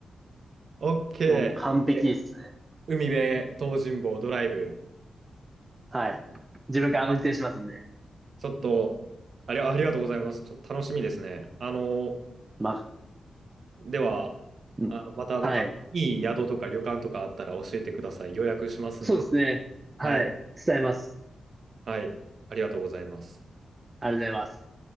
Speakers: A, on the right (about 60°); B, on the right (about 20°).
A: OK。
B: う。もうもう完璧ですね。
A: で、海辺、東尋坊ドライブ。
B: はい。自分から運転しますんで。
A: あ、ちょっと、あり、ありがとうございます。ちょっと楽しみですね。あの、
B: まあ、
A: では、
B: うんはい。
A: あの、またなんか、いい宿とか旅館とかあったら教えてください。予約しますんで。
B: そうですね。はい。
A: はい。
B: 伝えます。
A: はい。ありがとうございます。
B: ありがとうございます。